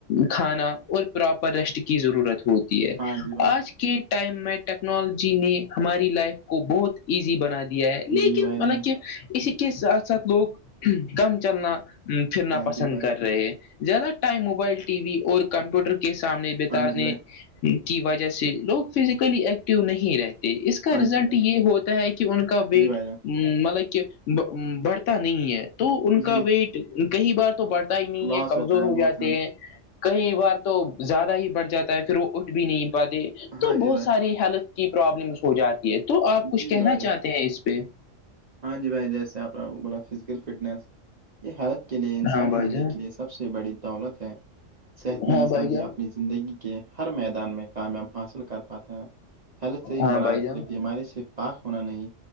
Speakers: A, on the left; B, on the right.
A: کھانا اور پراپر ریسٹ کی ضرورت ہوتی ہے
B: ہاں جی بھائی
A: آج کے ٹائم میں ٹیکنالوجی نے ہماری لائف کو بہت ایزی بنا دیا ہے لیکن
B: جی بھائی
A: مطلب
B: جان
A: کہ اسی کے ساتھ ساتھ لوگ کام چلنا پھرنا
B: ہاں
A: پسند
B: جی بھائی
A: کر رہے ہیں زیادہ ٹائم موبائل ٹی وی اور کمپیوٹر کے سامنے بتانے
B: ہاں جی بھائی
A: کی وجہ سے لوگ فزیکلی ایکٹو نہیں رہتے اس کا
B: ہاں
A: رزلٹ
B: جی بھائی
A: یہ ہوتا ہے کہ ان کا ویٹ
B: جی بھائی جان
A: مطلب کہ بڑھتا نہیں ہے تو ان
B: جی
A: کا ویٹ کئی بار تو بڑھ پتا ہی نہیں
B: لاس
A: ہے کمزور
B: ہوتا
A: ہو جاتے
B: بہت سارا
A: ہیں کئی بار تو زیادہ ہی بڑھ جاتا ہے پھر وہ اٹھ بھی نہیں پاتے تو
B: ہاں جی
A: بہت
B: بھائی
A: ساری ہیلت کی پرابلمس ہو جاتی ہے تو آپ کچھ
B: جی
A: کہنا
B: بھائی جان
A: چاہتے ہیں اس پہ
B: ہاں جی بھائی جیسے آپنا بولا فزیکل فٹنس یہ حالت کے لیے انسانی
A: ہاں بھائی
B: زندگی
A: جان
B: کے لیے سب سے بڑی دولت ہے صحت مند
A: ہاں
B: انسان
A: بھائی
B: ہی
A: جان
B: اپنی زندگی کے ہر میدان میں کامیاب حاصل کر پاتا ہے ہیلتھ سے
A: ہاں
B: مراد
A: بھائی جان
B: بیماری سے پاک ہونا نہیں